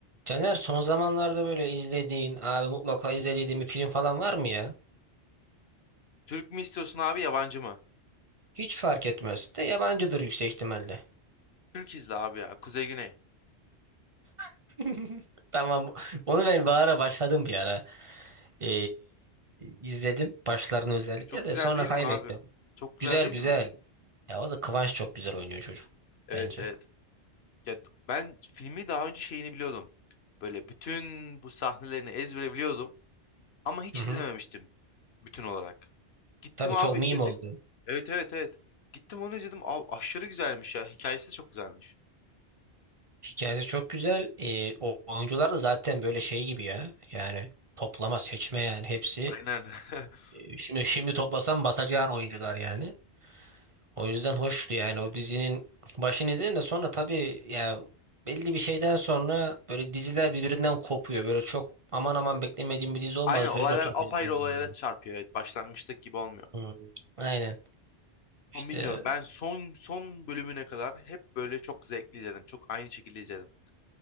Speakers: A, on the right; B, on the left.
A: Caner son zamanlarda böyle izlediğin, abi mutlaka izlediğin bir film falan var mı ya?
B: Türk mü istiyorsun abi yabancı mı?
A: Hiç fark etmez. De yabancıdır yüksek ihtimalle.
B: Türk izle abi ya. Kuzey Güney.
A: <laughs> Tamam. Onu ben bir ara başladım bir ara. Ee, izledim. Başlarını özellikle
B: E, çok
A: de
B: güzel
A: sonra
B: değil
A: kaybettim.
B: mi abi? Çok güzel
A: Güzel
B: değil
A: güzel.
B: mi?
A: Ya o da Kıvanç çok güzel oynuyor çocuk.
B: Evet
A: Bence.
B: evet. Ya d- ben filmi daha önce şeyini biliyordum. Böyle bütün bu sahnelerini ezbere biliyordum. Ama hiç
A: Hı hı.
B: izlememiştim bütün olarak. Gittim
A: Tabii
B: abi
A: çok meme
B: izledim.
A: oldu.
B: Evet evet evet. Gittim onu izledim. Abi aşırı güzelmiş ya. Hikayesi de çok güzelmiş.
A: Hikayesi çok güzel. Ee, o oyuncular da zaten böyle şey gibi ya. Yani toplama seçme yani hepsi.
B: Aynen. <laughs>
A: Ee, şimdi şimdi toplasam batacağın oyuncular yani. O yüzden hoştu yani o dizinin başını izledim de sonra tabii ya belli bir şeyden sonra böyle diziler birbirinden kopuyor. Böyle çok aman aman beklemediğim bir dizi olmadığı
B: Aynen
A: sürece
B: olaylar
A: oturup
B: apayrı
A: izleyemiyorum.
B: olaylara çarpıyor. Evet başlangıçtaki gibi olmuyor.
A: Hmm, Aynen. İşte
B: Ama bilmiyorum. Ben son son bölümüne kadar hep böyle çok zevkli izledim. Çok aynı şekilde izledim.